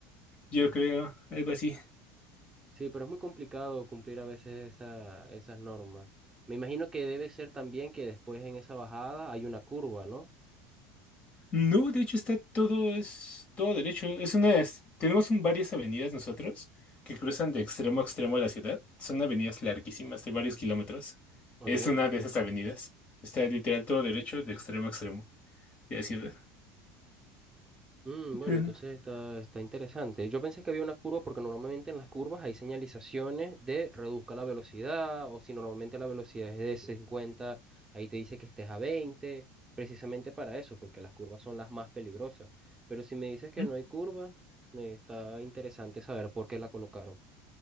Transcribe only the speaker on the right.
Sí, pero es muy complicado cumplir a veces esa, esas normas. Me imagino que debe ser también que después en esa bajada hay una curva, ¿no?
Ok.
Mm, bueno,
entonces está, está interesante. Yo pensé que había una curva porque normalmente en las curvas hay señalizaciones de reduzca la velocidad o si normalmente la velocidad es de cincuenta ahí te dice que estés a veinte precisamente para eso, porque las curvas son las más peligrosas. Pero si me dices que
no hay curva, eh, está interesante saber por qué la colocaron.